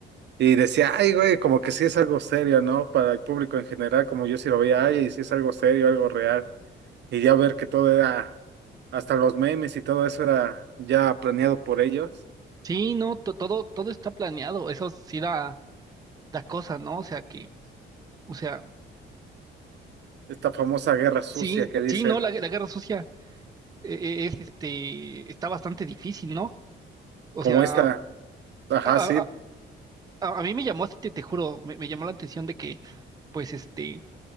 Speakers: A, on the right (about 60°); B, on the right (about 20°).
A: Y decía, ay, güey, como que sí es algo serio, ¿no? Para el público en general, como yo sí lo veía, ay, y sí es algo serio, algo real. Y ya ver que todo era, hasta los memes y todo eso era ya planeado por ellos.
B: Sí, no, to- todo, todo está planeado, eso sí da, da cosa, ¿no? O sea que, o sea,
A: Esta famosa guerra sucia
B: sí,
A: que dicen,
B: sí, no, la, la guerra sucia eh, eh, es este, está bastante difícil, ¿no? O
A: como
B: sea,
A: esta, ajá,
B: A, a-
A: sí.
B: a- a mí me llamó, te, te juro, me, me llamó la atención de que, pues, este,